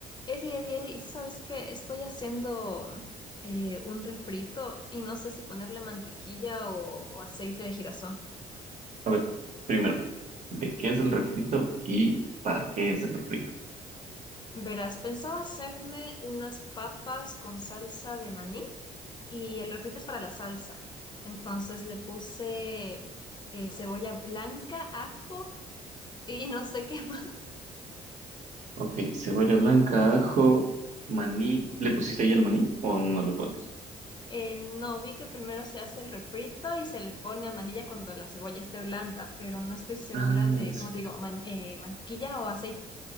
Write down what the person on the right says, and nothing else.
A ver, primero, ¿de qué es el refrito y para qué es el refrito?
Ok, cebolla blanca, ajo, maní. ¿Le pusiste ya el maní o aún no le pones?
Ah,
la cebolla.